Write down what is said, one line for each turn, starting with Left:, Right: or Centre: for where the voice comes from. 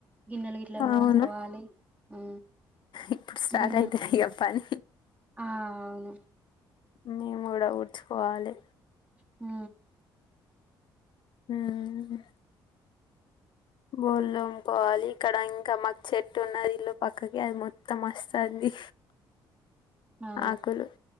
Right: గిన్నెలు గిట్లా తోముకోవాలి
Left: అవును
Right: ఆ
Left: ఇప్పుడు స్టార్ట్
Right: గిన్నె
Left: అయితది ఇక పని
Right: ఆ అవును
Left: మేము కూడా ఊడ్చుకోవాలి
Right: హ
Left: హ అ బోళం తోముకోవాలి ఇక్కడ ఇంకా మాకు చెట్టు ఉన్నది ఇల్లు పక్కకి అది మొత్తం వస్తుంది
Right: ఆ
Left: ఆకులు